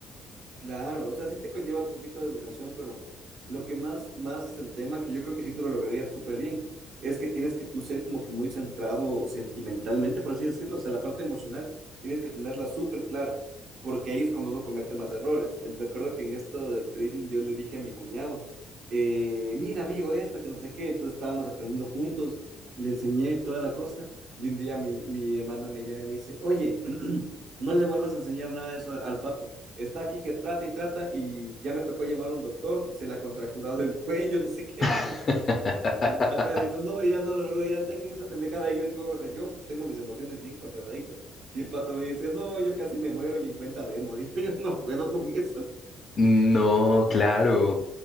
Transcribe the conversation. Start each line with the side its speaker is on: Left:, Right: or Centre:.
Right: Claro, o sea, sí te conlleva un poquito de educación, pero lo que más, más es el tema, que yo creo que sí tú lo lograrías súper bien, es que tienes que tú ser como que muy centrado sentimentalmente, por así decirlo, o sea, la parte emocional tienes que tenerla súper clara, porque ahí es cuando uno comete más errores. Eh, Recuerdo que en esto del trading yo le dije a mi cuñado, eh, mira amigo, esto que no sé qué, entonces estábamos aprendiendo juntos, le enseñé toda la cosa, y un día mi, mi hermana me llama y me dice, oye, <clears throat> no le vuelvas a enseñar nada de eso al al papi. Está aquí que trata y trata y ya me tocó llamar a un doctor, se le ha contracturado el cuello, <laughs> no sé qué,
Left: <laughs>
Right: nomás. Acá digo, no, ya no lo no, no, ya dejen esa pendejada. Y yo digo, o sea, yo tengo mis emociones bien controladitas. Y el pato me dice, no, yo casi me muero y en cuenta demo. <laughs> Digo, yo no puedo con eso.
Left: No, claro.